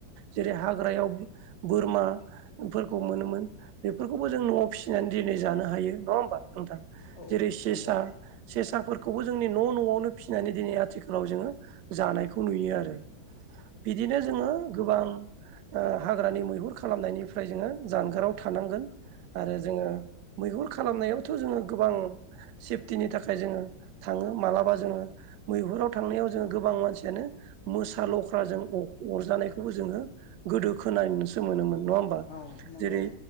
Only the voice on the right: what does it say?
जेरै हाग्रायाव बोरमाफोरखौ मोनोमोन बेफोरखौबो जों न'आव फिसिनानै दिनै जानो हायो। नङा होमबा नोंथां
जेरै सेसा
सेसाफोरखौबो जोंनि न' न'आवनो फिसिनानै दिनै आथि खालाव जोङो जानायखौ नुयो आरो बिदिनो जोङो गोबां ओ हाग्रानि मैहुर खालामनायनिफ्राय जोङो जानगाराव थानांगोन। आरो जोङो मैहुर खालामनायावथ' जोङो गोबां सेफटिनि थाखाय जोङो थाङो मालाबा जोङो मै हुराव थांनायाव जोङो गोबां मानसियानो मोसा लख्राजों अ-अरजानायखौबो जोङो गोदो खोनानसो मोनोमोन नङा होमबा
जेरै